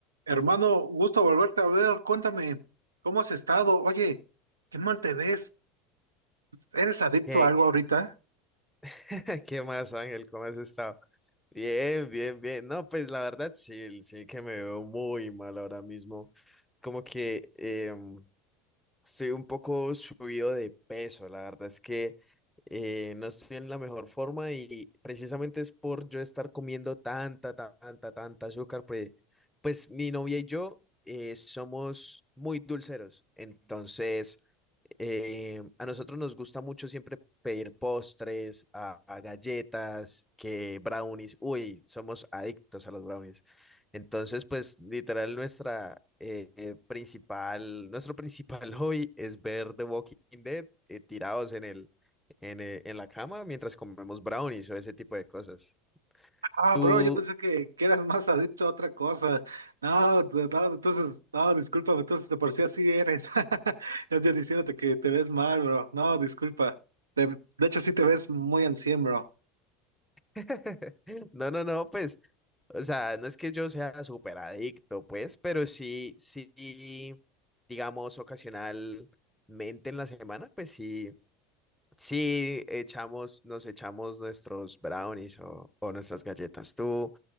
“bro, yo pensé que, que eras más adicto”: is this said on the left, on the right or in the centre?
Right